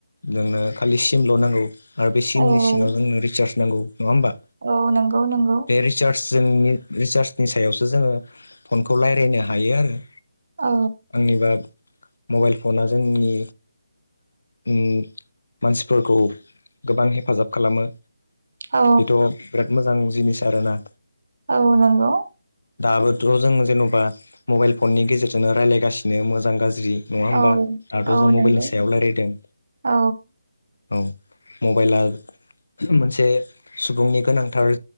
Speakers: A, on the left; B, on the right.
A: नोंनो खालि सिमल' नांगौ आरो बे सिमनि
B: औ
A: सिङाव जोंनो रिसार्ज नांगौ नङा होमबा
B: औ नंगौ नंगौ
A: बे रिसार्ज जोंनि रिसार्जनि सायावसो जोङो फनखौ रायलायनो हायो आरो
B: औ
A: आंनिबा मबाइल फना जोंनि उम मानसिफोरखौ गोबां हेफाजाब खालामो
B: औ
A: बेथ' बिराद मोजां जिनिस आरोना
B: औ नंगौ
A: दाबोथ' जों जेन'बा मबाइल फननि गेजेरजोंनो रायज्लायगासि मोजां गाज्रि ज्रि नङा होमबा
B: औ
A: दाथ'
B: औ
A: जों
B: नंगौ
A: मबाइलनि सायाव रायलायदों
B: औ
A: औ मबाइला मोनसे सुबुंनि गोनांथार